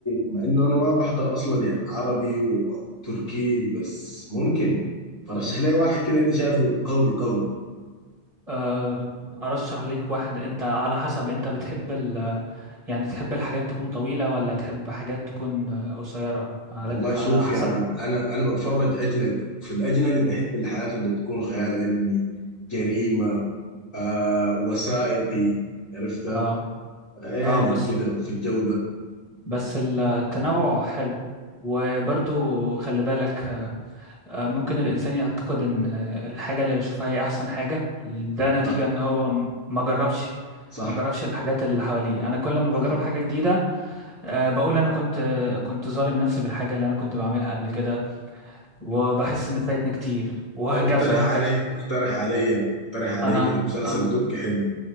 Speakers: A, on the left (about 25°); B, in the centre.
A: مع انه انا ما بحضر اصلا يعني عربي و- او تركي بس ممكن فرشح لي واحد كده انت شايفه قوي قوي
B: آه، أرشح ليك واحد أنت على حسب أنت بتحب ال يعني تحب الحاجات تكون طويلة ولا تحب حاجات تكون آه، قصيرة على
A: والله
B: على
A: شوف
B: حسب
A: يا مان انا انا بتفرج اجنبي وفي الاجنبي بحب الحاجات اللي بتكون خيال علمي جريمة آه وثائقي عرفتها
B: اه
A: آه يعني
B: اه بس
A: كده في الجودة
B: بس التنوع حلو وبرضو خلي بالك آه، آه، ممكن الإنسان يعتقد إن آه، الحاجة اللي بيشوفها هي أحسن حاجة ده نتيجة
A: صح
B: إن هو م- ما جربش
A: صح
B: ما جربش الحاجات اللي حواليه أنا كل ما
A: صح
B: بجرب حاجة جديدة آه، بقول أنا كنت آه، كنت ظالم نفسي بالحاجة اللي أنا كنت بعملها قبل كده وبحس إن فايتني كتير وهكذا
A: طب اقترح
B: وهكذا
A: علي اقترح علي اقترح علي
B: أنا
A: كده مسلسل
B: أنا
A: تركي حلو